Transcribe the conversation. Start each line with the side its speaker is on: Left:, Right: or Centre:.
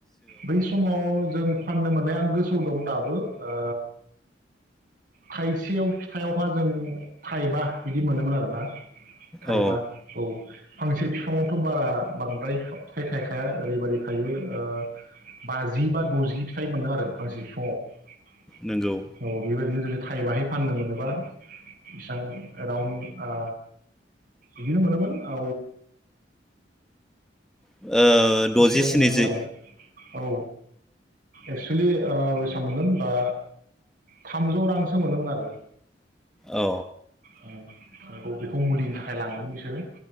Right: बै समाव जों फाननो मोननाय आं गोसोआव दं दाबो ओ खाय सेयाव फिथाइयावहा जों थाइबा बिदि मोनोमोन आरोना थाइबा
Centre: अ
Right: औ फांसे बिफाङावथ' बारा बांद्राय फिथाइ थायखाया ओरैबादि थायो ओ बाजि बा द'जि फिथाइ मोनो आरो फांसे बिफाङाव
Centre: नंगौ
Right: औ बेबायदिनो ज फाननो मोनोबा बेसबां एराउन्ड ओ बिदिनो मोनोमोन औ
Centre: ओ द'जि
Right: एसे
Centre: स्निजि
Right: मोनोमोन आरो औ एक्सुेलि बेसेबां मोनगोन बा थामजौ रां मोनोमोन आरो।
Centre: औ
Right: औ। औ औ बेखौ मुलिनि थाखाय लाङो बिसोरो